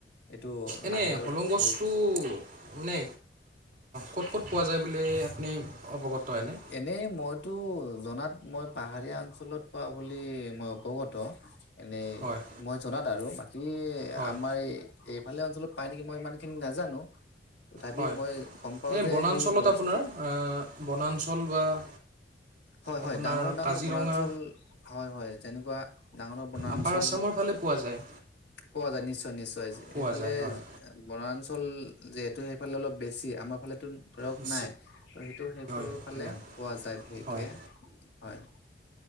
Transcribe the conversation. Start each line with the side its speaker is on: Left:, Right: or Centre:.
Left: এইটো
Right: এনে
Left: বাহিৰত
Right: হলং গছটো
Left: হে
Right: মানে ক'ত ক'ত পোৱা যায়। বুলি আপুনি অৱগত হয়নে
Left: এনেই মইতো। জনাত মই পাহাৰীয়া অঞ্চলত পোৱা বুলি মই অৱগত। এনেই
Right: হয়
Left: মই জনাত আৰু বাকী
Right: হয়
Left: আমাৰ এই এই ভালে অঞ্চলত পাই নেকি মই ইমান খিনি নাজানোঁ। তথাপি
Right: হয়
Left: মই গম পাওঁ
Right: এই
Left: যে
Right: বনাঞ্চলত
Left: সেই গছটো
Right: আপোনাৰ আহ, বনাঞ্চল বা-
Left: হয়
Right: আপোনাৰ
Left: হয় ডাঙৰ ডাঙৰ
Right: কাজিৰঙা
Left: বনাঞ্চল হয় হয় তেনেকুৱা। ডাঙৰ ডাঙৰ বনাঞ্চল।
Right: আপাৰ আছামৰ ফালে পোৱা যায়
Left: পোৱা যায় নিশ্চয় নিশ্চয়
Right: পোৱা
Left: সেইফালে
Right: যায় হয়
Left: বনাঞ্চল যিহেত- টো সেইফালে অলপ বেছি আমাৰ ফালেতো ধৰক
Right: নিশ্চয়
Left: নাই সেইটো সেইবোৰ
Right: হয়
Left: ফালে
Right: ইমান
Left: পোৱা যায় ভে-
Right: হয়
Left: কে হয়।